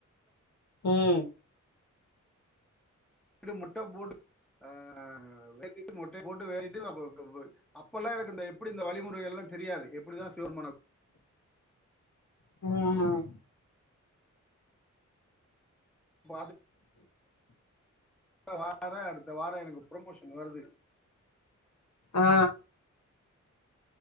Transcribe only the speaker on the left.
ம்
ம்
ஆ